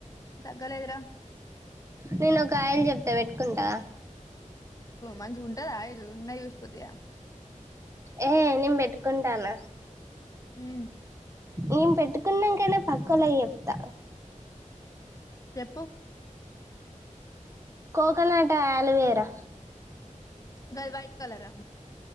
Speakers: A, on the left (about 25°); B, on the right (about 20°).
A: తగ్గలేదురా
B: నేనొక ఆయిల్ చెప్తా పెట్టుకుంటవా
A: మంచిగుంటదా ఆయిల్ ఉన్నయి ఊసిపోతయా
B: ఏ నేను పెట్టుకుంటాన్న
A: ఉమ్
B: ఏం పెట్టుకు నంకనే పక్కొల్లకీ చెప్తా
A: చెప్పు
B: కోకోనట్ ఆలోవేరా
A: గది వైట్ కలరా